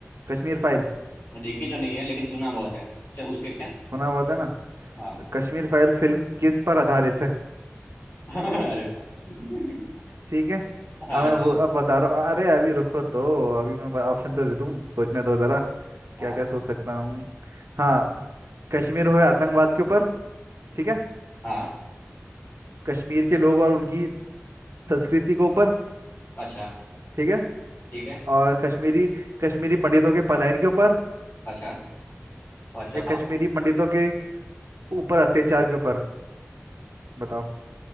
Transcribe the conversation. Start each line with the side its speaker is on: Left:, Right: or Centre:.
Right: कश्मीर फाइल
Left: मैं देखी तो नहीं है लेकिन सुना बहुत है चल उसके क्या
Right: सुना बहुत है ना
Left: हाँ
Right: कश्मीर फाइल फिल्म किस पर आधारित है
Left: <laughs> अरे बाप रे।
Right: ठीक है
Left: <laughs> हाँ
Right: अब मैं
Left: चल
Right: वो अब बता रहा हूँ अरे अभी रुको तो अभी मैं ऑप्शन तो दे दूँ सोचने दो जरा
Left: हाँ
Right: क्या क्या सोच सकता हूँ हाँ कश्मीर हुए आतंकवाद के ऊपर ठीक है
Left: हाँ
Right: कश्मीर के लोग और उनकी संस्कृति के ऊपर
Left: अच्छा
Right: ठीक है
Left: ठीक है
Right: और कश्मीरी कश्मीरी पंडितों के पलायन के ऊपर
Left: अच्छा और चौथा
Right: या कश्मीरी
Left: ऑप्शन
Right: पंडितों के ऊपर अत्याचार के ऊपर बताओ